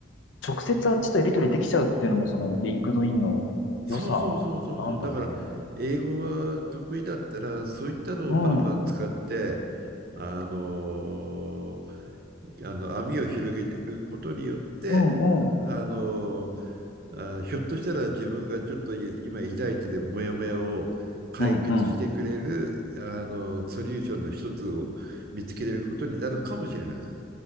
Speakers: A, on the left; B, on the right.
A: 直接あっちとやり取りできちゃうっていうのも、そのリンクドインの良さなんだね。
B: そうそうそうそうそう。だから、英語が得意だったら、そういったのをバンバン使って、
A: うん。
B: あのーあの網を広げることによって、
A: うんうん。
B: あのーあ、ひょっとしたら自分がちょっと今抱いてるモヤモヤを解決してくれる、
A: うんうん。
B: あのソリューションの一つを見つけれることになるかもしれないよ。